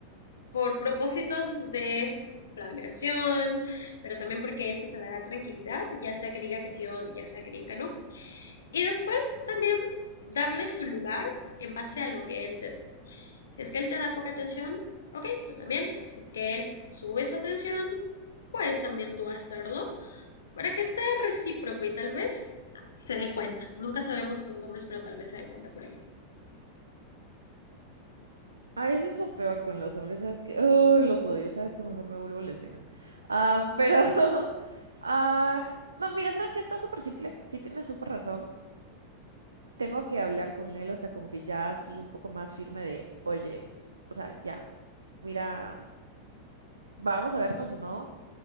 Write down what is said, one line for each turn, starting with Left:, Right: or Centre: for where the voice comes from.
Left: por propósitos de planeación, pero también porque eso te dará tranquilidad, ya sea que diga que sí o ya sea que diga que no. Y después también darle su lugar en base a lo que él te dé. Si es que él te da poca atención, ok, tú también. Si es que él sube su atención, puedes también tú hacerlo para que sea recíproco y tal vez se dé cuenta. Nunca sabemos con los hombres, pero tal vez se dé cuenta por ahí.
Right: Ah, eso es lo peor con los hombres, ¿sabes que Uy, los odio, ¿sabes que Mejor me vuelvo lesbiana. Ah, pero... <laughs> ah, no, mira, ¿sabes que Está súper simple, sí tienes súper razón. Tengo que hablar con él, o sea, como que ya así un poco más firme de, oye, o sea, ya, mira, vamos a vernos o no